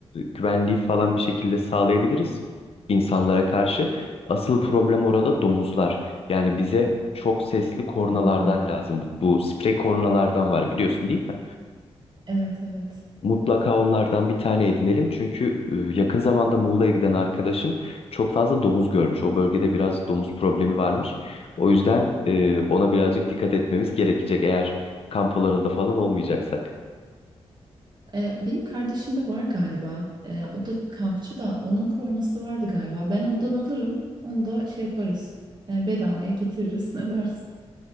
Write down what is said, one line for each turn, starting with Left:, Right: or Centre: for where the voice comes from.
Left: güvenliği falan bir şekilde sağlayabiliriz insanlara karşı. Asıl problem orada domuzlar. Yani bize çok sesli kornalardan
Right: Hı hı.
Left: lazım. Bu, bu sprey kornalardan var biliyorsun değil mi?
Right: Evet evet.
Left: Mutlaka onlardan bir tane edinelim. Çünkü e, yakın zamanda Muğla'ya giden arkadaşım çok fazla domuz görmüş. O bölgede biraz domuz problemi varmış. O yüzden e, ona birazcık dikkat etmemiz gerekecek eğer kamp alanında falan olmayacaksak.
Right: Ee, benim kardeşim de var galiba. Ee, o da kampçı da onun kornası vardı galiba. Ben ondan alırım. Onu da şey yaparız. Ee, bedavaya getiririz <laughs> ne dersin?